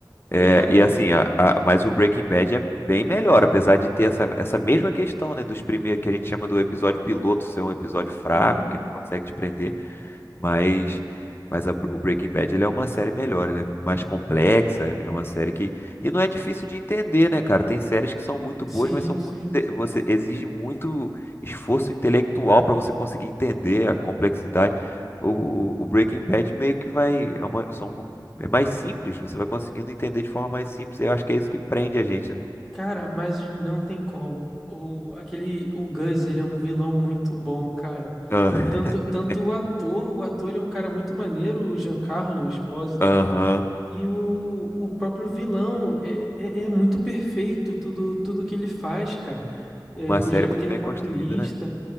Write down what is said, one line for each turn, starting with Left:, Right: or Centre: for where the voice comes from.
Centre: Porque,
Left: É,
Centre: cara,
Left: e
Centre: o,
Left: assim,
Centre: o-
Left: a- a- mas o Breaking Bad é bem melhor, apesar de ter essa, essa mesma questão, né? Dos primeiros que a gente chama do episódio piloto ser um episódio fraco,
Centre: Uhum.
Left: que não consegue te prender. Mas, mas a- o Breaking Bad ele é uma série melhor, ele é mais complexa, é uma série que. E não é difícil de entender, né, cara? Tem séries que são muito
Centre: Sim,
Left: boas, mas são muito,
Centre: sim.
Left: você exige muito esforço intelectual para você conseguir entender a complexidade. O, o- o Breaking Bad meio que vai. É, uma, são, é mais simples, você vai conseguindo entender de forma mais simples, e eu acho que é isso que prende a gente, né?
Centre: Cara, mas não tem como. O, aquele, o Gus, ele é um vilão muito bom, cara.
Left: Ah, <laughs>
Centre: Tanto, tanto o ator, o ator é um cara muito maneiro, o Giancarlo Esposito.
Left: Aham.
Centre: E o, o próprio vilão é, é, é muito perfeito tudo, tudo que ele faz, cara. É,
Left: Uma
Centre: o
Left: série
Centre: jeito
Left: muito
Centre: que ele
Left: bem
Centre: é calculista.
Left: construída, né?